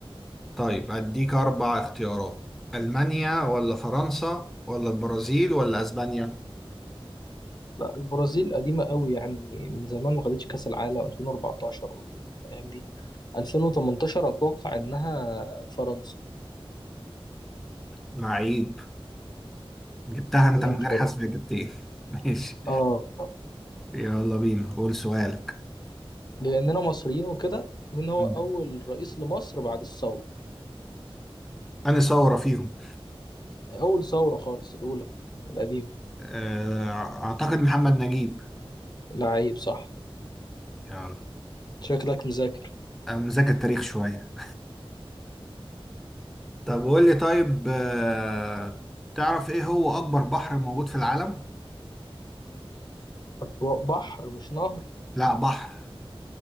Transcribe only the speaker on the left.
لا البرازيل قديمة قوي يعني من زمان ما خدتش كأس العالم 2014 الأيام دي 2018 أتوقع إنها فرنسا
زي
الفل
اه
بما إننا مصريين وكده مين هو
أول رئيس لمصر بعد الثورة
أول ثورة خالص الأولى القديمة
لعيب صح
شكلك مذاكر
أتوقع بحر مش نهر